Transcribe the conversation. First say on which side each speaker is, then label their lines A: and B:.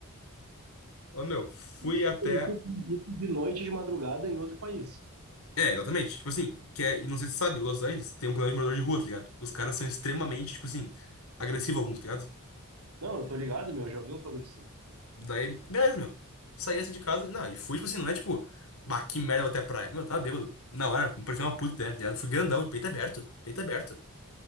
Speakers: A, on the left; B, on the right.
A: Ô, meu, fui
B: de
A: até.
B: isso de noite, de madrugada, em outro país.
A: É, exatamente. Tipo assim, que é, e não sei se tu sabe, Los Angeles tem um problema de morador de rua, tá ligado? Os caras são extremamente, tipo assim, agressivos alguns, tá ligado?
B: Não, eu tô ligado, meu. Eu já vi uns bagulhos assim.
A: Daí, beleza, meu. Saí assim de casa, não, e fui, tipo assim, não é tipo, bah, que merda, vou até a praia. Meu, eu tava bêbado. Na hora, me parecia uma puta ideia, tá ligado? Fui grandão, peito aberto, peito aberto.